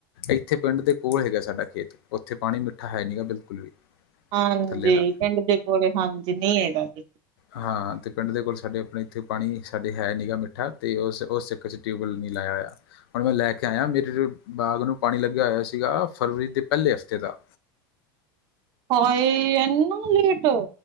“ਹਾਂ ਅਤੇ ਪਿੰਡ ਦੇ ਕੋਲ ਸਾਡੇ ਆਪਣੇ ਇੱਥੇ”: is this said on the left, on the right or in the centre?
Left